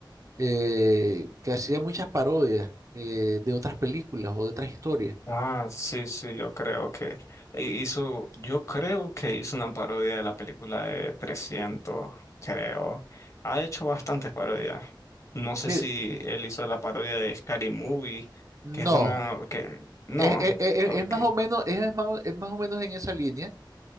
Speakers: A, on the right (about 45°); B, on the left (about 40°).
A: eh, que hacía muchas parodias eh, de otras películas o de otras historias.
B: Ah, sí, sí, yo creo que hi- hizo, yo creo que hizo una parodia de la película de 300, creo. Ha hecho bastantes parodias. No sé
A: Mire,
B: si él hizo la parodia de Scary Movie,
A: no,
B: que es una, que, no,
A: es, es- es-
B: ok,
A: es más o menos, es, es más, es más o menos en esa línea,